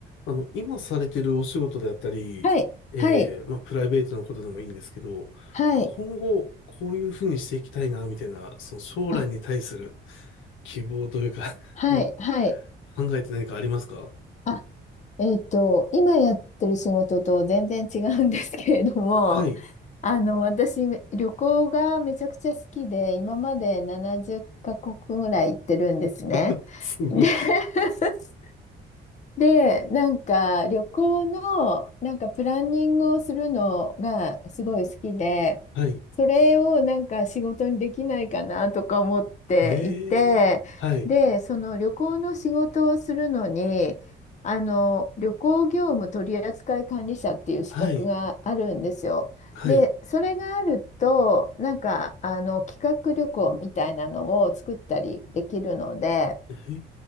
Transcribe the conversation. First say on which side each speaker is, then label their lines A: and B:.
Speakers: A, on the left; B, on the left.
A: あの、今されてるお仕事であったり、
B: はい、
A: えー、
B: はい、
A: まあ、プライベートのことでもいいんですけど、
B: はい、
A: 今後、こういうふうにしていきたいな、みたいな、その将来に対する
B: あ、
A: 希望というか <laughs>
B: はい、
A: うん
B: はい。
A: 考えて何かありますか
B: あ、えっと、今やってる仕事と全然違うんですけれども、
A: はい。
B: <laughs> あの、私、旅行がめちゃくちゃ好きで、今まで70カ国ぐらい行ってるんですね。
A: <laughs> すごい。
B: で、<laughs> で、なんか旅行のなんかプランニングをするのがすごい好きで、
A: <laughs> はい。
B: それをなんか仕事にできないかなとか思っていて、
A: えー、はい。
B: で、その旅行の仕事をするのに、あの旅行業務取扱管理者っていう資格があるんですよ。
A: はい。はい。
B: で、それがあると、なんかあの企画旅行みたいなのを作ったりできるので、
A: へえ